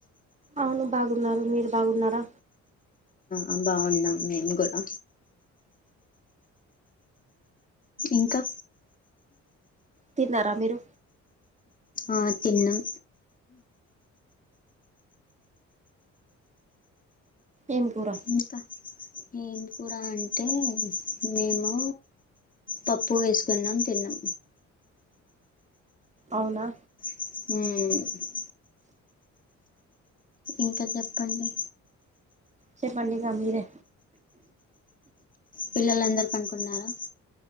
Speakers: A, on the right; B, on the left.
A: అవును బాగున్నారు మీరు బాగున్నారా
B: ఆ బాగున్నాం మేము కూడా ఇంకా.
A: తిన్నారా మీరు.
B: ఆ తిన్నం.
A: ఏం కూర.
B: ఇంకా ఏం కూర అంటే మేము. పప్పు వేసుకున్నాం తిన్నం.
A: అవునా.
B: ఉమ్. ఇంకా చెప్పండి.
A: చెప్పండి ఇక మీరే.
B: పిల్లల అందరూ పనుకున్నారా.